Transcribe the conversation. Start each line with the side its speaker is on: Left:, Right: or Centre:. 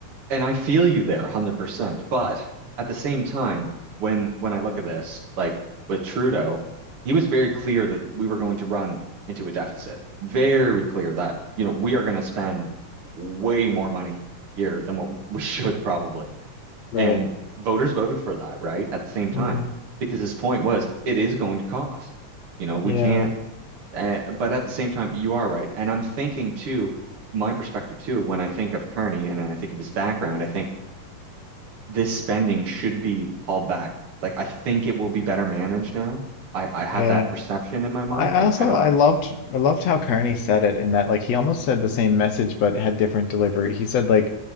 Right: and I feel you there 100%. But at the same time, when when I look at this, like with Trudeau, he was very clear that we were going to run into a deficit. Very clear that, you know, we are going to spend way more money here than what <laughs> we should probably.
Left: right?
Right: And voters voted for that, right? At the same time,
Left: Mm,
Right: because his point was it is going to cost. You know, we
Left: yeah,
Right: can't uh, but at the same time, you are right. And I'm thinking too, my perspective too, when I think of Carney and I think of his background, I think this spending should be hauled back. Like I think it will be better managed now. I I have
Left: yeah.
Right: that perception in my mind,
Left: I I
Right: and
Left: also
Right: I don't.
Left: I loved I loved how Carney said it in that like he almost said the same message but had different delivery. He said like,